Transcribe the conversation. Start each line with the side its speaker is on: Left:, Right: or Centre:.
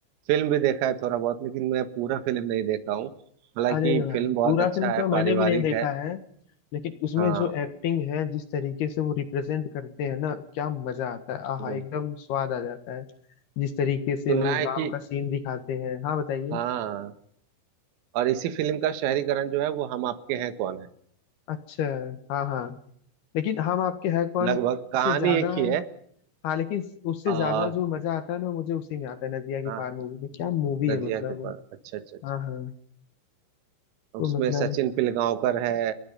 Right: फिल्म भी देखा है थोड़ा बहुत लेकिन मैं पूरा फिल्म नहीं देखा हूँ हालांकि
Left: अरे भाई
Right: फिल्म बहुत
Left: पूरा
Right: अच्छा
Left: फिल्म तो
Right: है
Left: मैंने
Right: पारिवारिक
Left: भी नहीं देखा
Right: है
Left: है लेकिन उसमें
Right: हाँ
Left: जो एक्टिंग है जिस तरीके से वो रिप्रेजेंट करते हैं ना क्या मजा आता है आहा
Right: हम्म,
Left: एकदम स्वाद आ जाता है जिस तरीके से
Right: सुना
Left: वो
Right: है
Left: गांव
Right: कि
Left: का सीन दिखाते हैं हाँ बताइए
Right: हाँ और इसी फिल्म का शहरीकरण जो है वो हम आपके हैं कौन है
Left: अच्छा हाँ हाँ लेकिन हम आपके है कौन
Right: लगभग कहानी
Left: से ज्यादा
Right: एक ही है
Left: हाँ लेकिन उससे
Right: आ,
Left: ज्यादा जो मजा आता है ना वो मुझे उसी में आता है नदिया के
Right: हाँ
Left: पार मूवी में क्या मूवी
Right: नदिया
Left: है मतलब
Right: के
Left: वो
Right: पार अच्छा अच्छा अच्छा
Left: हाँ हाँ
Right: उसमें
Left: तो मतलब
Right: सचिन पिलगांवकर है